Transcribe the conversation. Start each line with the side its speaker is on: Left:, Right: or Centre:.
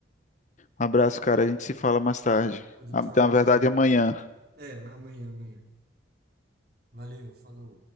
Left: Um abraço, cara. A gente se fala mais tarde.
Right: A gente
Left: Ah, Na
Right: fala mais
Left: verdade,
Right: tarde,
Left: amanhã.
Right: então. É, amanhã, amanhã. Valeu, falou.